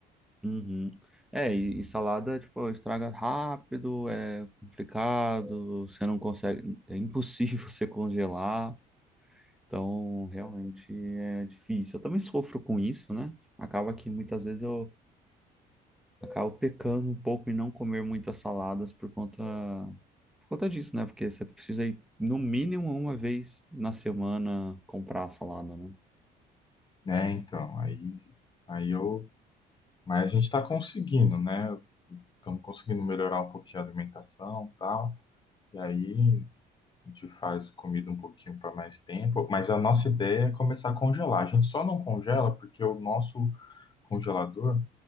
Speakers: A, in the centre; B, on the left.
A: Uhum. É, e, e salada, tipo, estraga rápido, é complicado, você não consegue, é impossível <laughs> você congelar, então realmente é difícil. Eu também sofro com isso, né? Acaba que muitas vezes eu acabo pecando um pouco em não comer muitas saladas por conta, por conta disso, né? Porque você precisa ir no mínimo uma vez na semana comprar a salada, né?
B: Né, então, aí, aí eu. Mas a gente está conseguindo, né? Estamos conseguindo melhorar um pouquinho a alimentação e tal. E aí. A gente faz comida um pouquinho para mais tempo, mas a nossa ideia é começar a congelar. A gente só não congela porque o nosso congelador,